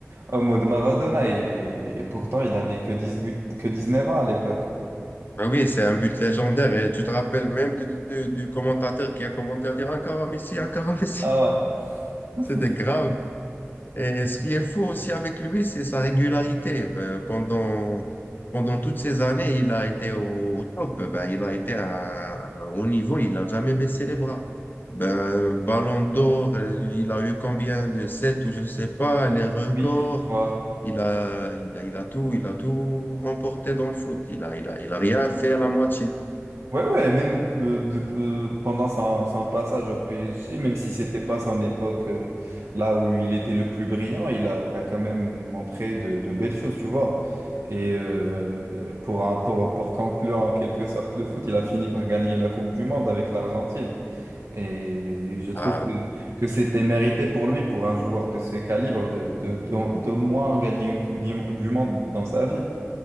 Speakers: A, on the right; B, on the left.
A: au mode Maradona, et, et pourtant, il avait que 18, que 19 ans à l'époque.
B: Ah oui, c'est un but légendaire. Et tu te rappelles même du, du- du commentateur qui a commenté à dire Encore un Messi, encore un Messi.
A: Ah
B: <laughs>
A: ouais. <laughs>
B: C'était grave. Et ce qui est fou aussi avec lui, c'est sa régularité. Ben, pendant, pendant toutes ces années, il a été au, au top. Ben, il a été à, à- au niveau, il n'a jamais baissé les bras. Ben, Ballon d'or, euh, il a eu combien de 7 ou je sais pas, les records.
A: 8, tu crois.
B: Il a, il a, il a tout, il a tout remporté dans le foot. Il a, il a, il a rien fait à la moitié.
A: Ouais, ouais, et même euh, de- euh, pendant son, son passage au PSG, même si c'était pas son époque euh, là où il était le plus brillant, il a, il a quand même montré de, de belles choses, tu vois. Et euh, pour, un- pour, pour conclure en quelque sorte le foot, il a fini par gagner la Coupe du Monde avec l'Argentine. Et je trouve
B: Ah,
A: que, que c'était mérité pour lui, pour un joueur de ce calibre, de, de, de- d'au moins gagner une Coupe du Mo- du Monde dans sa vie.